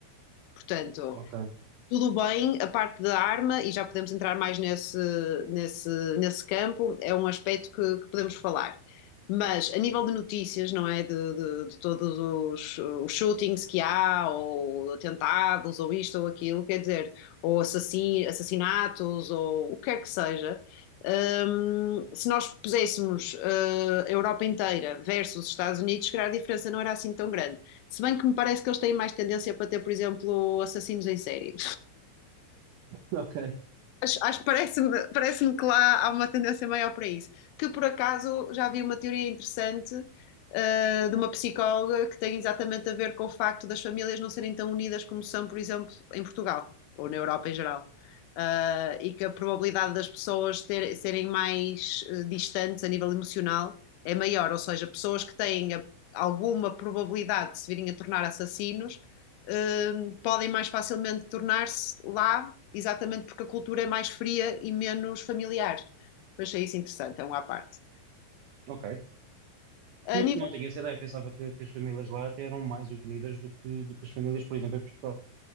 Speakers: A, on the left; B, on the right.
A: Portanto,
B: ok.
A: tudo bem, a parte da arma, e já podemos entrar mais nesse, nesse, nesse campo, é um aspecto que, que podemos falar. Mas a nível de notícias, não é? De, de- de todos os, os shootings que há, ou atentados, ou isto ou aquilo, quer dizer, ou assassin, assassinatos, ou o que quer que seja, hum, se nós puséssemos, eh, a Europa inteira versus os Estados Unidos, se calhar a diferença não era assim tão grande. Se bem que me parece que eles têm mais tendência para ter, por exemplo, assassinos em série.
B: Ok.
A: Acho, acho- parece-me, parece-me que lá há uma tendência maior para isso. Que por acaso já vi uma teoria interessante, eh, de uma psicóloga que tem exatamente a ver com o facto das famílias não serem tão unidas como são, por exemplo, em Portugal ou na Europa em geral. Ah, e que a probabilidade das pessoas ter- serem mais eh, distantes a nível emocional é maior, ou seja, pessoas que têm a- alguma probabilidade de se virem a tornar assassinos eh, podem mais facilmente tornar-se lá, exatamente porque a cultura é mais fria e menos familiar. Mas achei isso interessante, é um à parte.
B: Ok.
A: A
B: Não,
A: nível.
B: não tinha essa ideia. Pensava que, que as famílias lá até eram mais unidas do que, do que as famílias, por exemplo, em Portugal.